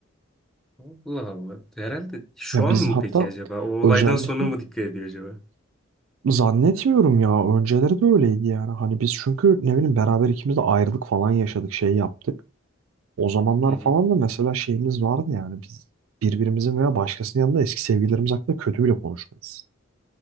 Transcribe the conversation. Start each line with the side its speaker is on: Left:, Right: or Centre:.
Centre: Allah Allah. Herhalde şu
Right: Ya
Centre: an
Right: biz
Centre: mı
Right: hatta
Centre: peki acaba? O olaydan
Right: özellikle
Centre: sonra mı dikkat ediyor acaba?
Right: Zannetmiyorum ya. Önceleri de öyleydi yani. Hani biz çünkü ne bileyim beraber ikimiz de ayrılık falan yaşadık, şey yaptık. O zamanlar
Centre: Hı hı.
Right: falan da mesela şeyimiz vardı yani. Biz birbirimizin veya başkasının yanında eski sevgililerimiz hakkında kötü bile konuşmayız.